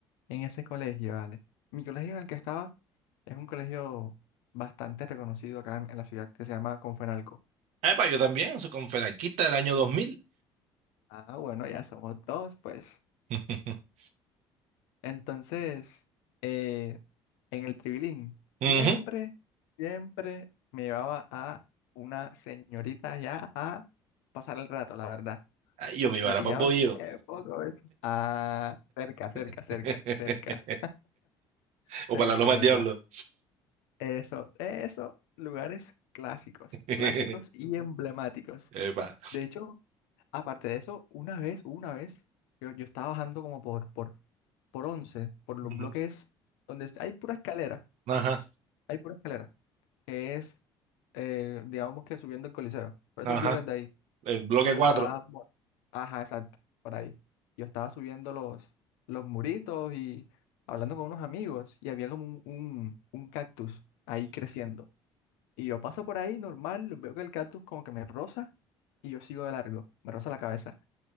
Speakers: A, on the left (about 80°); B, on the right (about 65°).
A: en ese colegio, ¿vale? Mi colegio en el que estaba es un colegio bastante reconocido acá en, en la ciudad que se llama Confenalco.
B: Ah, pa, yo también, soy con fenarquista del año 2000.
A: Ah, bueno, ya somos dos, pues.
B: <laughs>
A: Entonces, eh, en el Tribilín,
B: Ujú.
A: siempre, siempre me llevaba a una señorita ya a pasar el rato, la verdad.
B: Ay, yo me iba
A: Me
B: a
A: pillaban
B: para Bohío.
A: eh, poco a veces. Ah, cerca, cerca,
B: <laughs>
A: cerca, cerca, cerca,
B: o para la Loma
A: la
B: del
A: verdad.
B: Diablo.
A: Eso, eso, lugares clásicos,
B: <laughs>
A: clásicos y emblemáticos.
B: Epa.
A: De hecho, aparte de eso, una vez, una vez, yo, yo estaba bajando como por, por, por 11 por los
B: Ujú.
A: bloques donde es- hay pura escalera,
B: Ajá,
A: hay pura escalera, que es, eh, digamos que subiendo el Coliseo, por
B: ajá.
A: esos bloques de ahí.
B: El bloque
A: Y yo
B: 4.
A: estaba, mo- ajá, exacto, por ahí. Yo estaba subiendo los, los muritos y hablando con unos amigos y había como un, un, un cactus ahí creciendo. Y yo paso por ahí normal, veo que el cactus como que me roza y yo sigo de largo, me roza la cabeza.